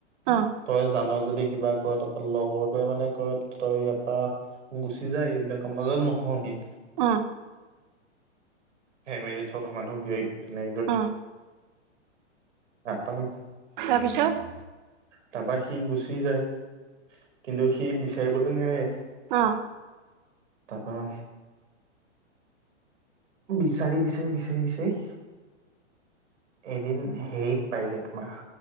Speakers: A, on the right (about 40°); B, on the right (about 75°).
A: অঁ
B: তই জান যদি কিবা ক তাৰপৰা লগৰটোৱে মানে কয় তই ইয়াৰ পৰা। গুচি যায় এইবিলাকৰ মাজত নোহোমাবি।
A: অ,
B: ফেমেলি থকা মানুহ কি তেনে,
A: অ',
B: নাপাও,
A: তাৰপিছত।
B: তাপা সি গুচি যায় কিন্তু সি বিচাৰিবলৈ নেৰে।
A: অ,
B: তাৰপৰা। বিচাৰি বিচাৰি বিচাৰি বিচাৰি, এদিন হেৰিত পায়গে তোমাৰ।